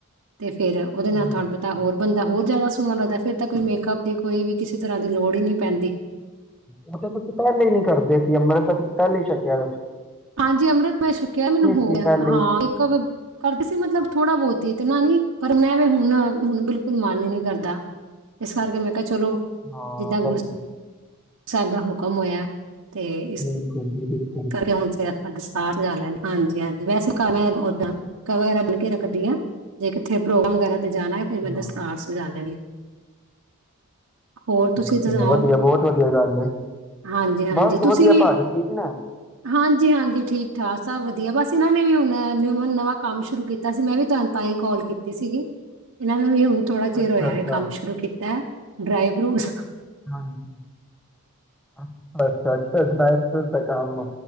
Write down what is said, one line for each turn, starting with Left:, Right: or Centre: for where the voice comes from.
Right: ਤੇ ਫੇਰ ਉਹਦੇ ਨਾਲ
Centre: ਹਾਂਜੀ
Right: ਤੁਹਾਨੂੰ ਪਤਾ ਹੋਰ ਬੰਦਾ ਹੋਰ ਜ਼ਿਆਦਾ <unintelligible> ਸੋਹਣਾ ਲੱਗਦਾ ਫਿਰ ਤਾਂ ਕੋਈ ਮੇਕਅਪ ਦੀ ਕੋਈ ਵੀ ਕਿਸੇ ਤਰ੍ਹਾਂ ਦੀ ਲੋੜ ਹੀ ਨਹੀਂ ਪੈਂਦੀ
Centre: ਉਹ ਤਾਂ ਤੁਸੀਂ ਪਹਿਲੇ ਨੀ ਕਰਦੇ ਸੀ ਅੰਮ੍ਰਿਤ ਤੁਸੀਂ ਪਹਿਲੇ ਈ ਸਕਿਆ
Right: ਹਾਂਜੀ ਅੰਮ੍ਰਿਤ ਮੈਂ ਸ਼ਕਿਆ ਮੈਨੂੰ ਹੋ
Centre: ਸੀ
Right: ਗਿਆ
Centre: ਪਹਿਲੇ
Right: ਹਾਂ ਮੇਕਅਪ ਕਰਦੇ ਸੀ ਮਤਲਬ ਥੋੜਾ ਬਹੁਤ ਹੀ ਤੇ <unintelligible> ਨਾ ਨੀ ਪਰ ਉਹਨ ਵੀ ਹੁਣ ਹੁਣ ਬਿਲਕੁਲ ਮਨ ਹੀ ਨੀ ਕਰਦਾ ਇਸ ਕਰਕੇ ਮੈਂ ਚਲੋ
Centre: ਹਾਂ
Right: ਜਿੱਦਾਂ ਗੁਰ
Centre: ਵਧੀਆ
Right: ਸਾਹਿਬ ਦਾ ਹਕਮ ਹੋਇਆ ਤੇ ਇਸ
Centre: ਹੋ ਗਜੀ <unintelligible>
Right: ਕਰਕੇ ਹੁਣ ਚ ਕਿਸਿਸਤਾਨ ਜਾ ਲੈਣਾ ਹਾਂਜੀ ਹਾਂਜੀ ਵੈਸੇ ਘ ਮੈਂ ਉਦਾਂ <unintelligible> ਕਾ ਵਗੈਰਾ ਬਣਨ ਕੇ ਰੱਖਦੀਆਂ ਜੇ ਕਿੱਥੇ ਪ੍ਰੋਗਰਾਮ ਵਗੈ ਤੇ ਜਾਣਾ ਏ ਫ਼ਿਰ ਮੈਂ
Centre: ਹਾਂ
Right: ਦਸਤਾਰ ਸਜਾ ਲੈਣੀ ਆ ਹੋਰ ਤੁਸੀਂ
Centre: ਚੋ <unintelligible>
Right: ਸੁਣਾਓ
Centre: ਚਲੋ ਵਧੀਆ ਬਹੁਤ ਵਧੀਆ ਗੱਲ ਏ
Right: ਹਾਂਜੀ ਹਾਂਜੀ
Centre: ਬਸ
Right: ਤੁਸੀਂ
Centre: ਵਧੀਆ
Right: ਵੀ
Centre: ਭਾਜੀ ਠੀਕ ਨੇ
Right: ਹਾਂਜੀ ਹਾਂਜੀ ਠੀਕ ਠਾਕ ਸਭ ਵਧੀਆ ਬਸ ਇਹਨਾਂ ਨੇ ਵੀ ਹੁਣ ਨਿ ਨਵਾਂ ਕੰਮ ਸ਼ੁਰੂ ਕੀਤਾ ਸੀ ਮੈਂ ਵੀ ਤੁਹਾਨੂੰ ਤਾਂ ਹੀ ਕੋਾਲ ਕੀਤੀ ਸੀਗੀ ਇਹਨਾਂ ਨੇ ਵੀ ਹੁਣ ਥੋੜ੍ਹਾ ਚਿਰ
Centre: ਅੱਛਾ
Right: ਹੋਇਆ
Centre: ਅੱਛਾ
Right: ਇਹ ਕੰਮ ਸ਼ੁਰੂ ਕੀਤਾ ਐ ਡ੍ਰਾਈ ਫਰੂਟਸ
Centre: ਹਾਂ--ਅੱਛਾ ਅੱਛਾ ਡਾਈ ਸੂ ਦਾ ਕੰਮ